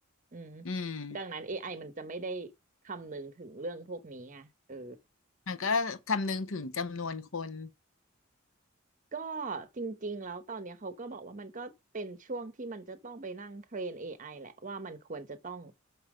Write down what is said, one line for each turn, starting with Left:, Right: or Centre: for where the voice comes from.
Right: อืม
Left: อืม
Right: ดังนั้น AI มันจะไม่ได้คำนึงถึงเรื่องพวกนี้ไงเออ
Left: มันก็คำนึงถึงจำนวนคน
Right: ก็จริงๆแล้วตอนเนี้ยเขาก็บอกว่ามันก็เป็นช่วงที่มันจะต้องไปนั่งเทรน AI แหละว่ามันควรจะต้อง